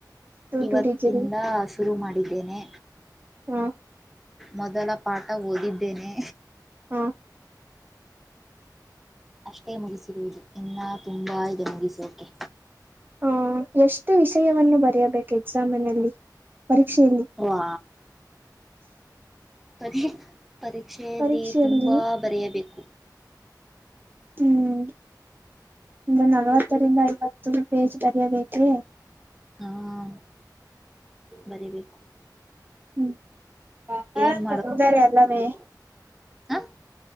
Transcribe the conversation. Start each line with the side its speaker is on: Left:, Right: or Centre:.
Centre: ಇವತ್ತಿಂದ
Right: ದುಡಿದಿರಿ
Centre: ಶುರು ಮಾಡಿದ್ದೇನೆ.
Right: ಹ್ಮ.
Centre: ಮೊದಲ ಪಾಠ ಓದಿದ್ದೇನೆ.
Right: ಹ್ಮ.
Centre: ಅಷ್ಟೇ ಮುಗಿಸಿರುವುದು ಎಲ್ಲ ತುಂಬಾ ಇದೆ ಮುಗಿಸೋಕೆ.
Right: ಹ್ಮ್ಮ್ ಎಷ್ಟು ವಿಷಯವನ್ನು ಬರೆಯಬೇಕು ಎಕ್ಸಾಮಿನಲ್ಲಿ. ಪರೀಕ್ಷೆಯಲ್ಲಿ
Centre: ಹ್ಮ್ಮ್ ವಾ ಪರಿ. ಪರೀಕ್ಷೆಯಲ್ಲಿ
Right: ಪರೀಕ್ಷೆಯಲ್ಲಿ
Centre: ತುಂಬ ಬರೆಯಬೇಕು.
Right: ಹ್ಮ್. ಒಂದು ನಲ್ವತ್ತರಿಂದ ಐವತ್ತು ಪೇಜ್ ಬರೆಯಬೇಕೆ.
Centre: ಹ್ಮ್ಮ್ ಬರಿಬೇಕು.
Right: ಹ್ಮ್ <unintelligible> ಬಹಳ
Centre: ಏನ್
Right: ತೊಂದರೆ ಅಲ್ಲಾವೆ.
Centre: ಹ್ಮ್.